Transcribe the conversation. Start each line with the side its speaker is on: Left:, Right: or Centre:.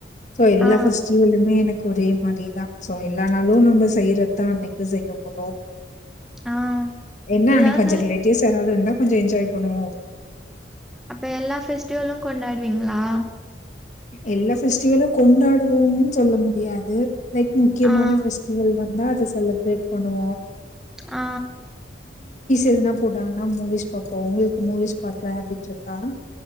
Left: சோ எல்லா
Centre: ஆ
Left: ஃபெஸ்டிவெல் எனக்கு ஒரே மாரிதா சோ எல்லானாலு நம்ம செய்யறதா அன்னைக்கு செய்ய போறோ
Centre: ஆ
Left: என்ன
Centre: ஏதாவது
Left: அன்னிக்கி கொஞ்ச ரிலேட்டிவ்ஸ் யாரவது இருந்தா கொஞ்ச என்ஜாய் பண்ணுவோ
Centre: அப்ப எல்லா பெஸ்டிவலு கொண்டாடுவீங்களா
Left: எல்லா பெஸ்ட்டிவலு கொண்டாடுவோம்னு சொல்ல முடியாது லைக் முக்கியமான
Centre: ஆ
Left: பெஃபஸ்டிவல் வந்தா அத செலிப்ரேட் பண்ணுவோ
Centre: ஆ
Left: எதுனா போட்டாங்கன்னா மூவிஸ் பார்பப்போ உங்களுக்கு மூவிஸ் பாக்ற ஹாபிட் இருக்கா